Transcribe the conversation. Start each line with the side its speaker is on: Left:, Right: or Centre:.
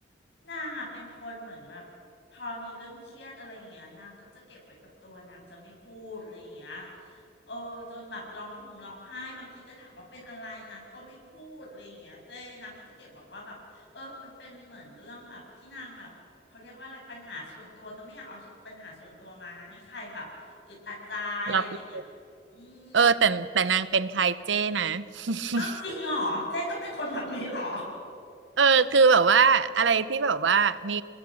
Left: นางอะเป็นคนเหมือนแบบพอมีเรื่องเครียดอะไรอย่างเงี้ยนางก็จะเก็บไว้กับตัวนางจะไม่พูดอะไรอย่างเงี้ยเออจนแบบร้องห่มร้องไห้บางทีก็ถามว่าเป็นอะไรนางก็ไม่พูดอะไรอย่างเงี้ยเจ้นางก็จะเก็บบอกว่าแบบเออมันเป็นเหมือนเรื่องแบบที่นางแบบเขาเรียกว่าอะไรปัญหาส่วนตัวก็ไม่อยากเอาสุปัญหาส่วนตัวมาให้ใครแบบอึดอัดใจอะไรอย่างเงี้ยอืม
Right: รับรู้เออแต่แต่นางเป็นใครเจ้นะ <laughs>
Left: อ้าวจริงเหรอเจ๊ก็เป็นคนแบบนี้เหรอ
Right: เออคือแบบว่าอะไรที่แบบว่ามี